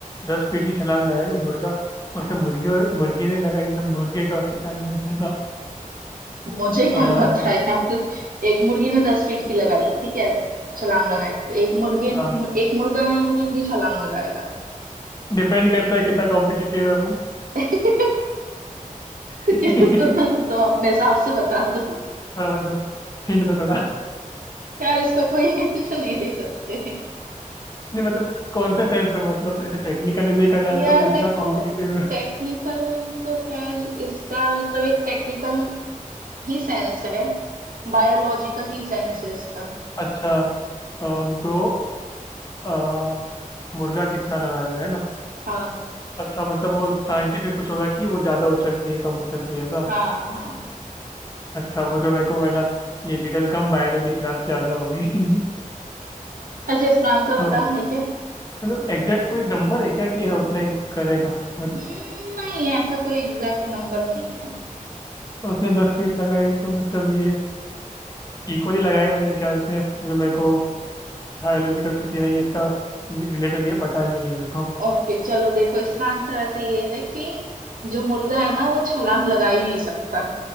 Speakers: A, on the left (about 25°); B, on the right (about 85°).
A: दस फीट की छलांग लगाई तो मुर्गा उसे मुर्गी और मुर्गी ने लगाई तो मुर्गे का उससे क्या लेना देना
B: मुझे क्या
A: <laughs> हाँ
B: <laughs> पता है यार एक मुर्गी ने दस फीट की लगाई ठीक है छलांग लगाई तो एक मुर्गी
A: हाँ
B: एक मुर्गा है वो कितनी छलांग लगाएगा
A: डिपेंड करता है कितना कॉम्पिटिटिव है वो
B: <laughs>
A: <laughs>
B: क्या तुम तुम अपने हिसाब से बता दो
A: थोड़ा मतलब हिंट तो थोड़ा
B: यार इसका कोई हिंट नहीं दे सकते
A: नहीं मतलब कौन से सेंस में मतलब ऐसे टेक्निकली देखा जाए
B: यार
A: तो वो जितना
B: देखो
A: कॉम्पिटिटिव है
B: टेक्निकल तो खैर इसका मतलब एक टेक्निकल ही सेंस है बायोलॉजिकल ही सेंस है इसका
A: अच्छा अम, तो अ, मुर्गा कितना लगाएगा है ना
B: हाँ
A: अच्छा मतलब वो साइंटिफिक कुछ होगा कि वो ज़्यादा उछलती है कम उछलती है ऐसा
B: हाँ हाँ
A: अच्छा वो तो मेरे को है ना ये रिडल कम बायोलॉजी क्लास ज़्यादा होगी <laughs>
B: अच्छा इसका आंसर
A: तो
B: बता देखिए
A: मतलब एग्जैक्ट कोई नंबर है क्या कि ये ना उतना ही करेगा
B: हम्म,
A: मतलब,
B: नहीं ऐसा कोई एग्जैक्ट नंबर नहीं है
A: तो उसने दस फीट लगाई तो मतलब ये इक्वली लगाएगा मेरे ख्याल से क्योंकि मेरे को बायोलॉजी का कुछ ये नहीं इसका रिलेटेड ये पता नहीं है मेरे
B: ओके चलो देखो इसका आंसर ऐसे ये है कि जो मुर्गा है ना वो छलांग लगा ही नहीं सकता